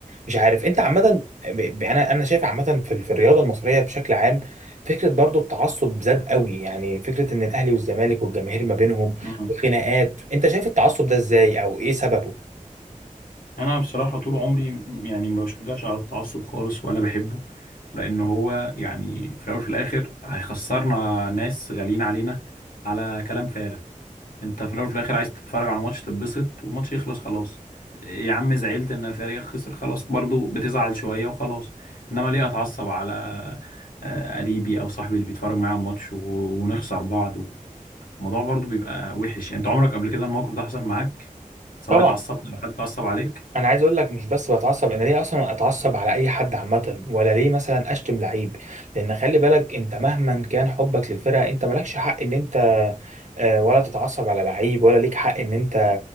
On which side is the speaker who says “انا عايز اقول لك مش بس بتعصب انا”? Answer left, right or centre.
Right